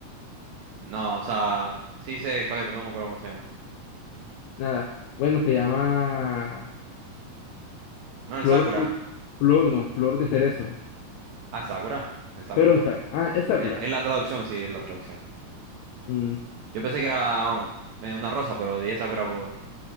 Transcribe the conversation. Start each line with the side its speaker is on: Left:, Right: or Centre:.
Right: No, o sea, sí sé cuál es, pero no me acuerdo cómo se llama.
Left: Nada. Bueno, se llama
Right: No, el
Left: flor
Right: Sakura.
Left: de... Flor, no, flor de cerezo.
Right: Ah, el Sakura. El Sakura,
Left: Pero, sa-
Right: sí.
Left: ah, es Sakura.
Right: El- Es la traducción, sí, es la traducción.
Left: Mm,
Right: Yo pensé que era um, eh, una rosa, pero dije Sakura por,